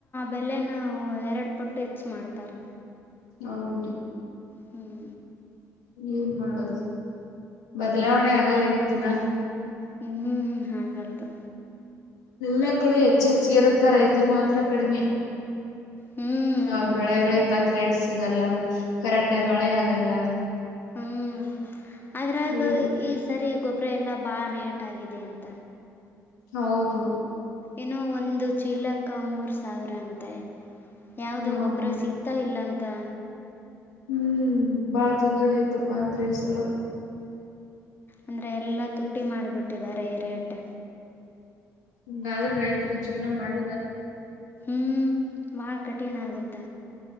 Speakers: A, on the left (about 25°); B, on the left (about 75°).
A: ಬೆಲೆನ ನಾವು ಎರಡು ಪಟ್ಟು ಹೆಚ್ಚು ಮಾಡ್. ತ್ತರ್.
B: ಹೌದು.
A: ಹ್ಮ್
B: ಏನ್ ಮಾಡೋದು ಬದ್ಲಾವಣೆ ಆಗಲ್ಲಗತ್ತಿನ
A: ಹ್ಮ್ ಹ್ಮ್ ಹ್ಮ್ ಹಾಗಲ್ದು.
B: ಎಲ್ಲ ಕಡೆ ಹೆಚ್ಚೆಚಿಗೆೆ ಇರುತ್ತಾ ರೈತರ್ಗ್ ಮಾತ್ರ ಕಡಿಮೆ.
A: ಹ್ಞೂ
B: ಅವ್ರ ಬೆಳೆಗಳೆ <unintelligible> ಸಿಗಲ್ಲ. ಕರೆಕ್ಟಾಗ್ ಮಳೆ ಆಗಲ್ಲ.
A: ಹ್ಮ್ ಅದ್ರಾ ಅದು
B: ಏನ್
A: ಈ ಸರಿ ಕೊಬ್ರೆ ಎಲ್ಲ ಬಾಳ ರೇಟ್ ಆಗಿದೆ ಅಂತ.
B: ಹೌದು.
A: ಇನೋ ಒಂದು ಚೀಲಕ ಮೂರು ಸಾವಿರ ಅಂತೆ. ಯಾವುದೋ
B: ನೋಡ್
A: ಗೊಬ್ಬರ
B: ಮತ್.
A: ಸಿಗ್ತಾ ಇಲ್ಲಂ ತ್ತ.
B: ಹ್ಮ್ ಬಾಳ ತೊಂದ್ರೆ ಐತಪ್ಪಾ ಅಂದ್ರೆ ಈಸಲ.
A: ಅಂದರೆ ಎಲ್ಲ ತುಟ್ಟಿ ಮಾಡಿಬಿಟ್ಟಿದ್ದಾರೆ ರೇಟ್.
B: ಹಂಗಾದ್ರೆ ರೈತ್ರು ಜೀವನ ಮಾಡೋದಾದ
A: ಹ್ಞು ಬಾಳ ಕಠಿಣ ಆಗತ್ತ.